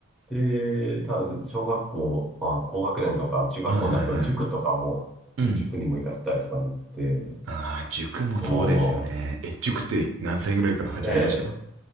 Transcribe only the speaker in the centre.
で、多分、小学校、まあ、高学年とか中学校になると、
塾とかも、
ね塾にも行かせたりとかになって、
お
ええ、